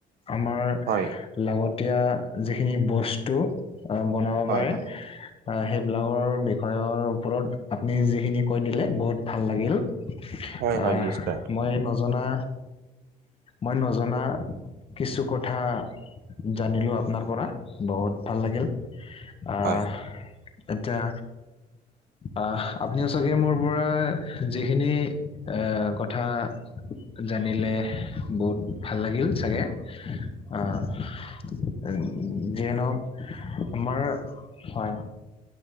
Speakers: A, on the left; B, on the right.
A: আমাৰ
B: হয়।
A: লাগতিয়া যিখিনি বস্তু, আহ বনাব
B: হয়
A: পাৰে।
B: হয়
A: আহ সেইবিলাকৰ বিষয়ৰ ওপৰত আপুনি যিখিনি কৈ দিলে বহুত ভাল লাগিল।
B: হয়
A: আহ
B: হয় নিশ্চয়
A: মই নজনা মই নজনা, কিছু কথা জানিলো আপনাৰ পৰা, বহুত ভাল লাগিল। আহ,
B: হয়
A: এতিয়া আহ আপুনিও চাগে মোৰ পৰা যিখিনি এ কথা জানিলে বহুত ভাল লাগিল চাগে, আহ। উম, যিয়ে নহওঁক আমাৰ, হয়,